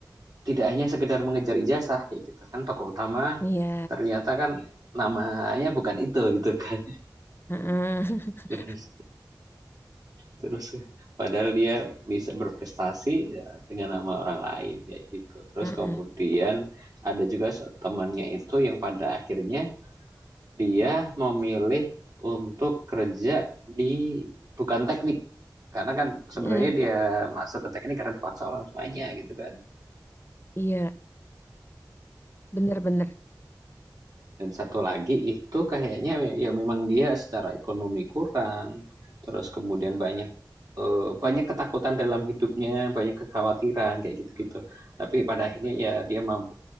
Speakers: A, on the right (about 55°); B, on the left (about 30°).
A: tidak hanya sekedar mengejar ijazah ya gitu kan tokoh utama
B: iya.
A: ternyata kan namanya bukan itu gitu kan
B: Mm-mm,
A: <laughs>
B: <laughs>
A: terus terus padahal dia bisa berprestasi ya, dengan nama orang lain kayak gitu terus
B: mm-mm,
A: kemudian ada juga temannya itu yang pada akhirnya dia memilih untuk kerja di bukan teknik karena kan sebenarnya
B: mm-mm.
A: dia masuk ke teknik karena dipaksa orang tuanya gitu kan
B: Iya, bener-bener.
A: Dan satu lagi itu kayaknya ya memang dia secara ekonomi kurang, terus kemudian banyak eee, banyak ketakutan dalam hidupnya, banyak kekhawatiran, kayak gitu-gitu. Tapi pada akhirnya ya dia mampu